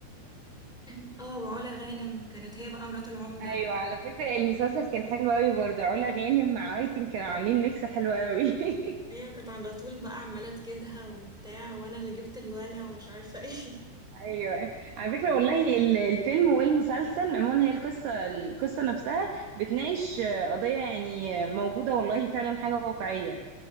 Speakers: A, in the centre; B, on the right.
A: <clears throat> اه وعلا غانم كانت هي بقى مرات العمدة
B: ايوه على فكرة المسلسل كان حلو قوي برضه علا غانم مع ايتن كانوا عاملين ميكس حلو قوي <laughs>
A: ايوه كانت على طول بقى عماله تكدها وبتاع وانا اللي جبت الولا ومش عارفه ايه <laughs>
B: ايوه على فكره والله ال- الفيلم والمسلسل عموما هي القصه القصه نفسها بتناقش آه، قضيه يعني آه، موجوده والله فعلا حاجه واقعيه